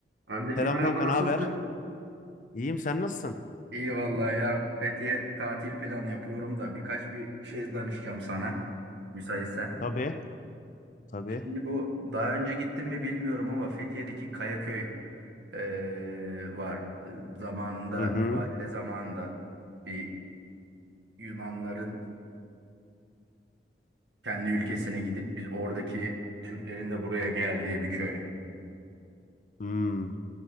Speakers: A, on the right; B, on the left.
A: Kardeşim
B: Selam
A: merhaba
B: kanka,
A: nasılsın?
B: ne haber? İyiyim, sen nasılsın?
A: İyi vallahi ya. Fethiye tatil planı yapıyorum da birkaç bir şey danışacağım sana. Müsaitsen.
B: Tabii, tabii.
A: Şimdi bu daha önce gittim mi bilmiyorum ama Fethiye'deki Kayaköy eee, var. Eee, Zamanında
B: Hı hı.
A: mübadele zamanında bir Yunanların kendi ülkesine gidip biz oradaki Türklerin de buraya geldiği bir köy.
B: Hmm.